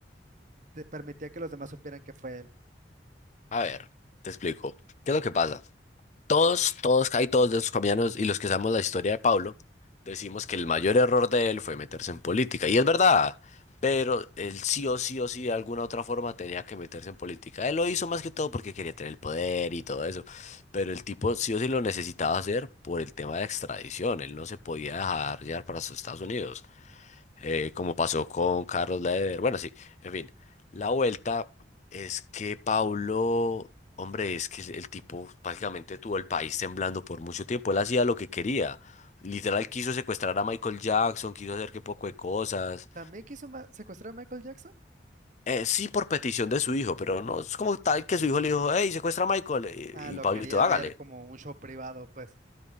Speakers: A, on the right; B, on the left.
A: de- permitía que los demás supieran que fue él.
B: A ver, te explico. ¿Qué es lo que pasa? Todos, todos, casi todos de esos colombianos y los que sabemos la historia de Pablo, decimos que el mayor error de él fue meterse en política. Y es verdad, pero él sí o sí o sí de alguna otra forma tenía que meterse en política. Él lo hizo más que todo porque quería tener el poder y todo eso. Pero el tipo sí o sí lo necesitaba hacer por el tema de extradición. Él no se podía dejar llevar para sus Estados Unidos eh, como pasó con Carlos Leder. Bueno, sí, en fin. La vuelta es que Paulo, hombre, es que el, el tipo prácticamente tuvo el país temblando por mucho tiempo. Él hacía lo que quería. Literal quiso secuestrar a Michael Jackson, quiso hacer que poco de cosas.
A: ¿También quiso ma- secuestrar a Michael Jackson?
B: Eh, sí, por petición de su hijo, pero no es como tal que su hijo le dijo, hey, secuestra a Michael.
A: Ah,
B: Y,
A: lo
B: y Pablito,
A: quería
B: hágale.
A: ver como un show privado, pues.